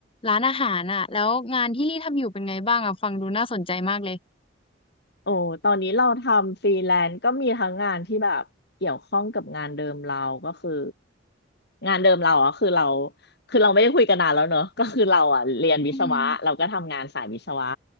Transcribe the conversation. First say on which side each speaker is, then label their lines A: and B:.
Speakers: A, on the left; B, on the left.
A: ร้านอาหารอ่ะแล้วงานที่รีทำอยู่เป็นไงบ้างอ่ะฟังดูน่าสนใจมากเลย
B: โอ้ตอนนี้เราทำฟรีแลนซ์ก็มีทั้งงานที่แบบเกี่ยวข้องกับงานเดิมเราก็คืองานเดิมเราอ่ะคือเราคือเราไม่ได้คุยกันนานแล้วเนอะก็คือเราอ่ะเรียนวิศวะเราก็ทำงานสายวิศวะ
A: อืม